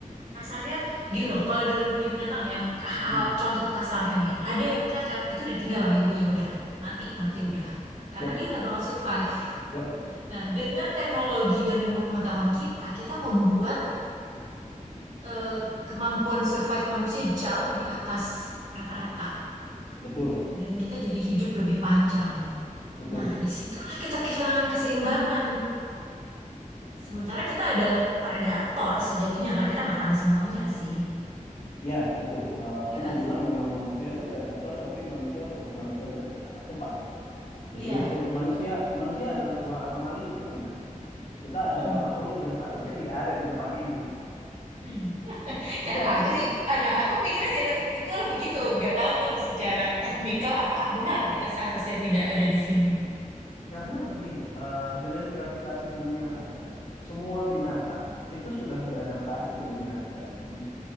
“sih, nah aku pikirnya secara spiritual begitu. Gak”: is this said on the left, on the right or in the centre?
Right